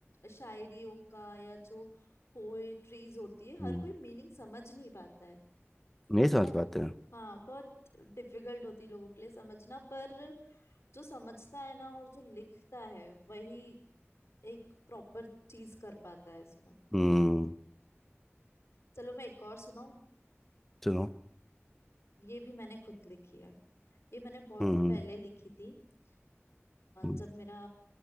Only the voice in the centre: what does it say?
हम्म,
नहीं समझ
पाते हैं
हम्म
सुनो
हम्म
हम्म